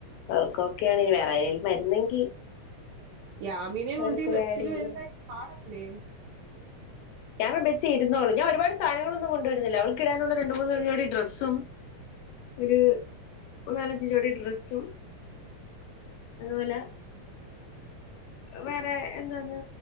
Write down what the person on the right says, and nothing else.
യാമിനേ
കൊണ്ട്
ഈ ബസ്സില്
വരുന്നെ പാടല്ലേ?